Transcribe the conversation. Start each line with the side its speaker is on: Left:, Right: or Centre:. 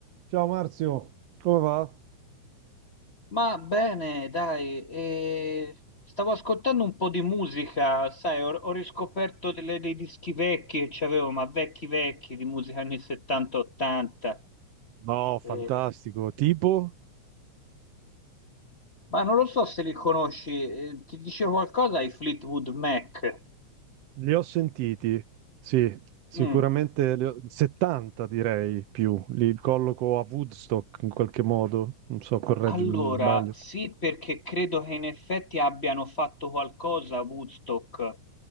Right: Ciao Marzio, come va?
Left: Ma bene, dai, eh, stavo ascoltando un po' di musica, sai, ho, ho riscoperto delle- dei dischi vecchi che c'avevo, ma vecchi vecchi, di musica anni 70-80.
Right: No, fantastico.
Left: eh,
Right: Tipo,
Left: ma non lo so se li conosci, eh, ti dice qualcosa ai Fleetwood Mac?
Right: li ho sentiti. Sì, sicuramente
Left: Mm.
Right: li ho- 70 direi più. Li colloco a Woodstock in qualche modo. Non so, correggimi
Left: Allora,
Right: se sbaglio.
Left: sì, perché credo che in effetti abbiano fatto qualcosa a Woodstock.